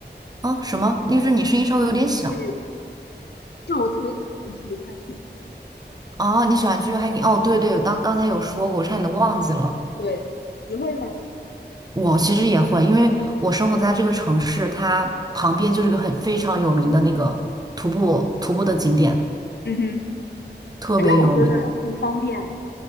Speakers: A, on the right; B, on the left.
A: 啊，什么？就是你声音稍微有点小。
B: 去就是我特别喜欢去 hiking 这样。
A: 啊。你喜欢去 hiking？哦，对对，刚刚才有说过，我差点都忘记了。
B: 对，你会吗？
A: 我其实也会，因为我生活在这个城市，它旁边就是个很非常有名的那个徒步徒步的景点，
B: 嗯哼，
A: 特别有名。
B: 哎，那我觉得很方便哎。